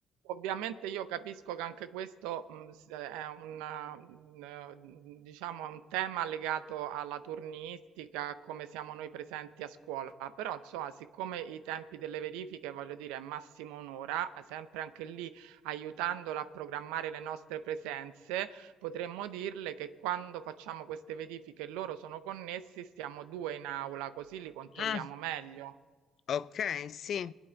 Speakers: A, on the right; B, on the left.
A: ovviamente io capisco che anche questo mh, s- è una, mh, eh, diciamo, è un tema legato alla turnistica, a come siamo noi presenti a scuola, però insomma, siccome i tempi delle verifiche, voglio dire, è massimo un'ora, sempre anche lì aiutandola a programmare le nostre presenze, Potremmo dirle che quando facciamo queste verifiche e loro sono connessi, stiamo due in aula, così li controlliamo
B: mm.
A: meglio.
B: Ok, sì,